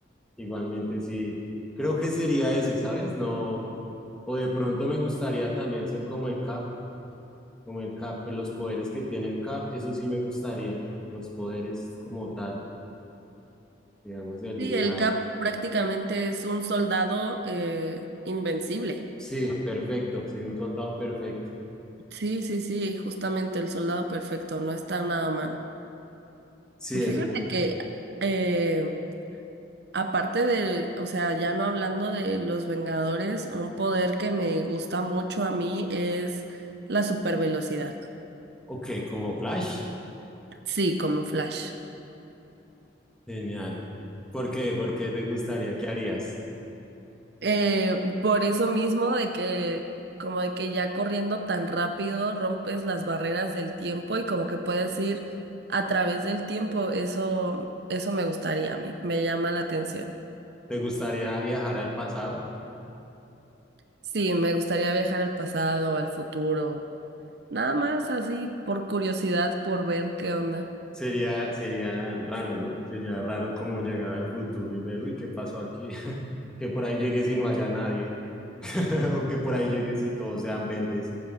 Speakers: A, in the centre; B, on the right.
A: Igualmente, sí, creo que sería ese, ¿sabes? No, o de pronto me gustaría también ser como el Cap, como el Cap, pues, los poderes que tiene el Cap, eso sí me gustarían, los poderes como tal, digamos, el,
B: Sí, el
A: la...
B: Cap prácticamente es un soldado eh, invencible.
A: Sí, perfecto, sería un soldado perfecto.
B: Sí, sí, sí, justamente el soldado perfecto, no está nada mal.
A: Sí,
B: Y Fíjate
A: el
B: que, eh, aparte de, o sea, ya no hablando de los Vengadores, un poder que me gusta mucho a mí es la supervelocidad.
A: Ok, como Flash.
B: Sí, como Flash.
A: Genial. ¿Por qué? ¿Por qué te gustaría? ¿Qué harías?
B: Eh, por eso mismo de que como de que ya corriendo tan rápido rompes las barreras del tiempo y como que puedes ir a través del tiempo, eso eso me gustaría a mí, me llama la atención.
A: ¿Te gustaría viajar al pasado?
B: Sí, me gustaría viajar al pasado, al futuro, nada más así por curiosidad, por ver qué onda.
A: Sería, sería raro, ¿no? Sería raro como llegar al futuro y ver, uy, ¿qué pasó aquí? <laughs> Que por ahí llegues y no haya nadie. <laughs> O que por ahí llegues y todos sean verdes.